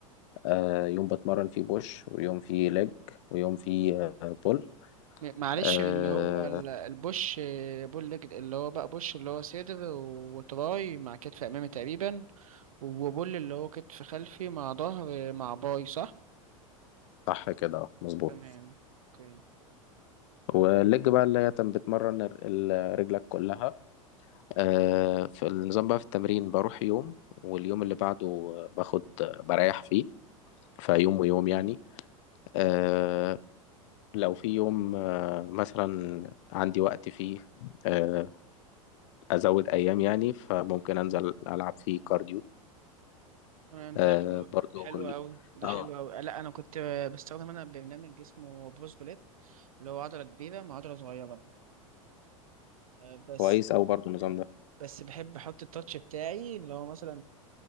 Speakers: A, on the left; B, on the right.
A: آه، يوم بتمرن فيه بوش ويوم فيه ليج ويوم فيه آه، بول
B: م- معلش
A: آه،
B: اللي هو ال- البوش آه، بول ليج اللي هو بقى بوش اللي هو صدر وتراي مع كتف امامي تقريبا وبول اللي هو كتف خلفي مع ظهر مع باي صح
A: صح كده آه، مظبوط
B: تمام اوكي
A: والليج بقى اللي هي تم- بتمرن ال- ال- رجلك كلها آه، في النظام بقى في التمرين بروح يوم واليوم اللي بعده باخد آه، بريح فيه فيوم ويوم يعني آه، لو في يوم آه، مثلا عندي وقت فيه آه، أزود أيام يعني فممكن أنزل ألعب فيه كارديو
B: تمام
A: آه،
B: ده حلو
A: برضو
B: حلو
A: ال-
B: قوي ده
A: اه
B: حلو قوي لا انا كنت بستخدم انا برنامج اسمه بروس بليت اللي هو عضلة كبيرة مع عضلة صغيرة آه، بس
A: كويس أوي برضو النظام
B: آه،
A: ده
B: بس بحب احط التاتش بتاعي اللي هو مثلا